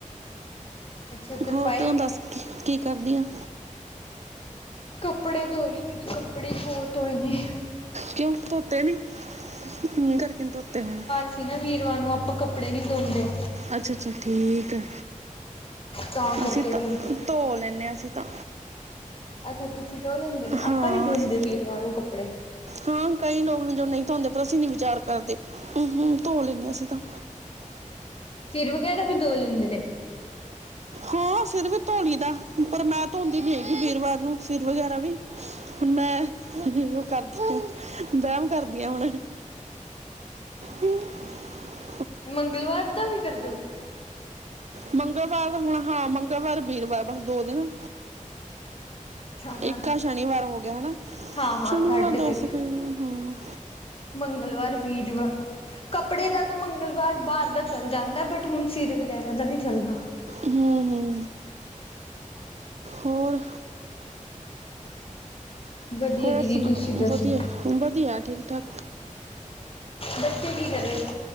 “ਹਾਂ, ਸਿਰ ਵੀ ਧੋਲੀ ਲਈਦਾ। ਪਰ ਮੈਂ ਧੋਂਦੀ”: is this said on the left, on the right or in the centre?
Right